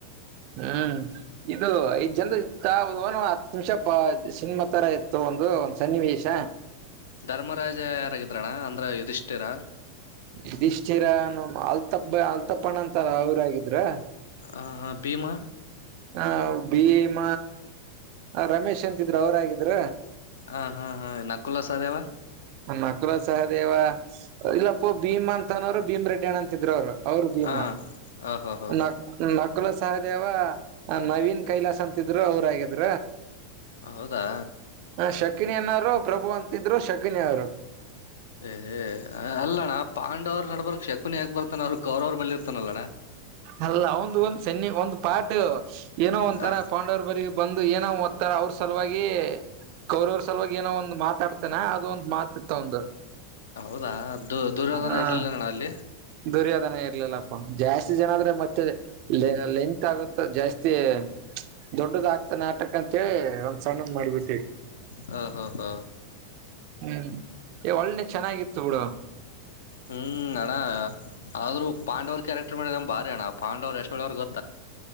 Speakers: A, on the right; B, on the left.
A: ಹ್ಮ್ ಇದು ಐ ಜನ ಇ ಒನ್ ಹತ್ತು ನಿಮಿಷ ಸಿನಿಮಾ ತರ ಇತ್ತು ಒಂದು ಒಂದು ಸನ್ನಿವೇಶ
B: ಧರ್ಮರಾಜ ಯಾರಾಗಿದ್ರಣ್ಣ ಅಂದ್ರ ಯಧಿಷ್ಟಿರ
A: ಇದಿಷ್ಟೀರ ನ ಅಲ್ತಬ್ಬ ಅಲ್ತಪ್ಪಣ್ಣ ಅಂತಾರ ಅವ್ರಗಿದ್ರ
B: ಹ ಹಾ ಭೀಮಾ
A: ಹ ಭೀಮ ರಮೇಶ್ ಅಂತಿದ್ರು ಅವರಗಿದ್ರ
B: ಹ ಹಾ ಹಾ ನಕುಲ ಸಾದೇವ್
A: ನಕುಲ ಸಹದೇವ ಇಲ್ಲಪ್ಪೋ ಭೀಮ್ ಅಂತನೋರು ಭೀಮ ರೆಡ್ಡಿ ಅಣ್ಣ ಅಂತಿದ್ರು ಅವ್ರು ಅವರು ಭೀಮಾ
B: ಹಾ ಓಹೋ ಹೋ
A: ನ ನಕುಲ ಸಹದೇವ ನವೀನ್ ಕೈಲಾಸ್ ಅಂತಿದ್ರು ಅವ್ರ ಆಗಿದ್
B: ಹೌದಾ
A: ಹ ಶಕಿನಿ ಅನ್ನವ್ರು ಪ್ರಭು ಅಂತಿದ್ರು ಶಕಿನಿಯ್ರು
B: ಏ ಅಲ್ಲ ಅಣ್ಣ ಪಾಂಡವ್ರು ನಡಬರಕ್ ಶಕುನ್ ಯಾಕೆ ಬರ್ತಾನೆ ಅವ್ರ ಕ್ರವರು ಬಲ್ಲಿರ್ತಾನಲ್ಲಣ್ಣ
A: ಅಲ್ಲ ಒಂದು ಒಂದ್ ಸನಿ ಒಂದು ಪಾಟ್ ಏನೋ ಒಂಥರ
B: ಹ
A: ಪಾಂಡವರ್ ಬಗ ಬಂದು ಏನೋ ತರ ಅವ್ರ ಸಲುವಾಗಿ ಕೌರವ್ರ ಸಲುವಾಗಿ ಏನೋ ಒಂದ್ ಮಾತಾಡ್ತೇನಾ ಅದು ಒಂದು ಮಾತತಿತ್ತ ಒಂದು
B: ಹೌದು ದುರ್ಯೋನ
A: ಹ
B: ಇರ್ಲಿಲ್ಲ ಅಲ್ಲಿ
A: ದುರ್ಯೋಧನ ಇರ್ಲಿಲ್ಲಪ್ಪ ಜಾಸ್ತಿ ಜನ ಆದ್ರೆ ಮತ್ತೆ ಲಿಂಕ್ ಆಗುತ್ತೆ ಜಾಸ್ತಿ ದೊಡ್ಡದಗ್ತ ನಾಟಕ ಅಂತೇಳಿ ಸಣ್ಣದ ಮಾಡಬಿಟ್ಟಿ
B: ಹ ಹ ಹ
A: ಹ್ಮ್ ಒಳ್ಳನೆ ಚೆನ್ನಾಗಿತ್ತು ಬಿುಡು
B: ಹ್ಮ್ ಅಣ್ಣಾ ಆದ್ರರು ಪಾಂಡವ್ರ ಕ್ಯಾರೆಕ್ಟರ್ ಮಾಡಿದ ನಗೆ ಭಾರಿ ಅಣ್ಣ ಪಾಂಡವ್ ಎಷ್ಟುಯವ್ ಗೊಾ